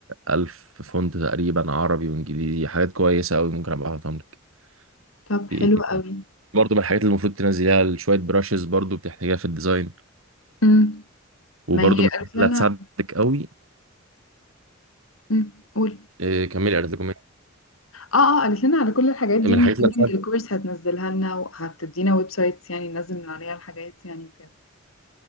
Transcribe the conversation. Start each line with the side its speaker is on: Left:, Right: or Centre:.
Right: ألف فونت تقريبا عربي وإنجليزي حاجات كويسة أوي ممكن أبقى أبعتهم لك
Left: طب حلو
Right: في إيه تاني
Left: قوي
Right: برضه من الحاجات اللي المفروض تنزليها شوية براشز برضه بتحتاجها في الديزاين
Left: أم،
Right: وبرضه
Left: ما هي
Right: من
Left: قالت
Right: الحاجات
Left: لنا
Right: اللي هتساعدك أوي
Left: أم، قول
Right: إيه، كملي أرزاقكم
Left: اه اه قالت لنا على كل الحاجات دي
Right: من
Left: ان
Right: الحاجات اللي
Left: during
Right: هتساعد
Left: الكورس هتنزلها لنا وهتدينا ويب سايتس يعني ننزل من عليها الحاجات يعني وكده